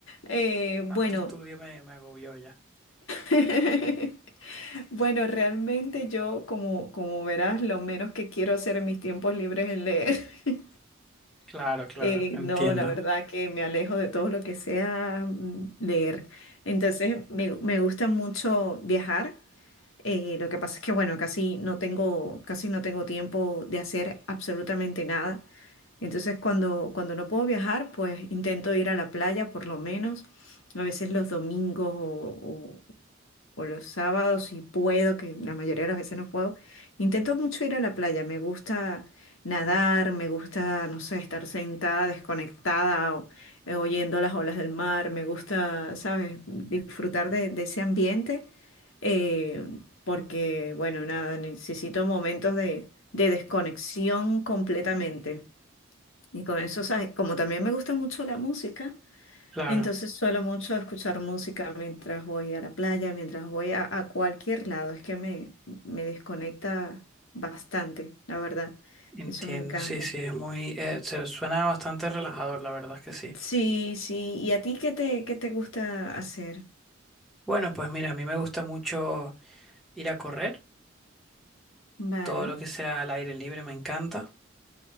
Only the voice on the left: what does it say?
Eh, bueno,
<laughs> bueno, realmente yo, como, como verás, lo menos que quiero hacer en mis tiempos libres es leer. <laughs>
Eh,
no, la verdad que me alejo de todo lo que sea mm, leer. Entonces, me, me gusta mucho viajar. Eh, lo que pasa es que, bueno, casi no tengo, casi no tengo tiempo de hacer absolutamente nada. Entonces, cuando, cuando no puedo viajar, pues intento ir a la playa por lo menos, a veces los domingos o, o los sábados si puedo, que la mayoría de las veces no puedo, intento mucho ir a la playa, me gusta nadar, me gusta, no sé, estar sentada, desconectada, o- eh, oyendo las olas del mar, me gusta, ¿sabes?, disfrutar de, de ese ambiente, eh, porque, bueno, nada, necesito momentos de, de desconexión completamente. Y con eso, ¿sabes? Como también me gusta mucho la música,
entonces suelo mucho escuchar música mientras voy a la playa, mientras voy a, a cualquier lado. Es que me, me desconecta bastante, la verdad.
Eso me encanta.
Sí, sí. ¿Y a ti qué te, qué te gusta hacer?
Vale,